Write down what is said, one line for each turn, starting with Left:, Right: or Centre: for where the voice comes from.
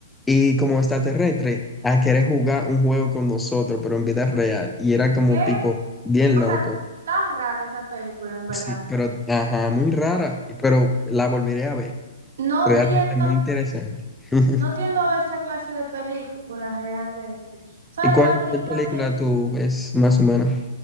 Centre: y como extraterrestre a querer jugar un juego con nosotros, pero en vida real, y era como
Right: ¿Qué?
Centre: tipo bien
Right: O
Centre: loco.
Right: sea, está rara esa película, en verdad.
Centre: Sí, pero, ajá, muy rara, pero la volveré a ver.
Right: No
Centre: Realmente
Right: tiendo,
Centre: muy interesante. <laughs>
Right: no tiendo a ver esa clase de películas realmente. Sabes
Centre: ¿Y cuál,
Right: que las películas
Centre: cuál película
Right: que,
Centre: tú ves más o menos?